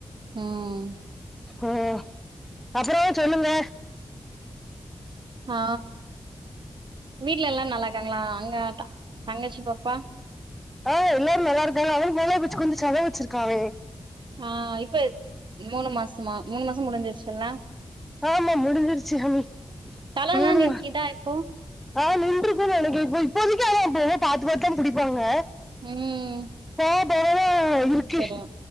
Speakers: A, on the right; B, in the centre.
A: ம்
B: ஓ அப்றோ சொல்லுங்க
A: ஆ வீட்ல எல்லா நல்லா இருக்காங்லா அங்க தங்கச்சி பாப்பா
B: ஆ எல்லாரு நல்லா இருக்காங்க அதா மோனா குச்சி குஞ்சி செத வெச்சிருக்காவே
A: ஆ இப்ப மூணு மாசமா மூணு மாசோ முடிஞ்சிட்சி இல்ல
B: ஆமா முடிஞ்சகடுச்சி அமி
A: தலல்லா
B: மூணு
A: நீக்கிதா
B: மா
A: இப்போ
B: ஆ நின்றுகோ நெனைக்க இப்போ இப்போதைகே அவப் இப்ப பாத்து பாத்து பாத்து தா புடிப்பாங்க
A: ம்
B: போவ போவ தா இருக்கு
A: தெரியு